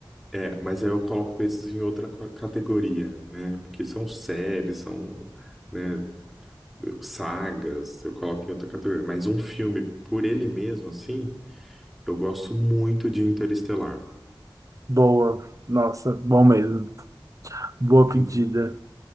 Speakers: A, in the centre; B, on the right.
A: é, mas aí eu coloco esses em outra ca- categoria, né? Porque são séries, são, né, sagas, eu coloco em outra categoria. Mas um filme por ele mesmo assim, Eu gosto muito de Interestelar.
B: Boa. Nossa, bom mesmo. Boa pedida.
A: In-